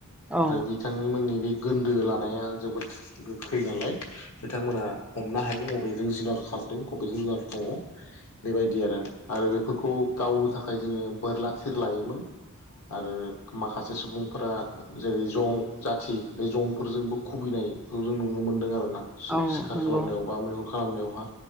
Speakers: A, on the left; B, in the centre.
A: ओमफ्राय
B: औ
A: बिथांनिमोननि बे गोन्दो लानाया जोबोद गोखै नालाय बिथांमोना हमनो हायो अबेजों जुनार खारदों अबेजों जुनार दङ। बेबायदि आरो आरो बेफोरखौ गावनो थाखाय जोङो बोरला थिर लायोमोन। आरो माखासे सुबुंफोरा जेरै जं जाथि बे जंफोरजोंबो खुबैनायखौ जों नुनो मोनदों आरोना। सिख
B: औ
A: सिखार
B: नंगौ
A: खालामनायाव बा मैहुर खालामनायावहा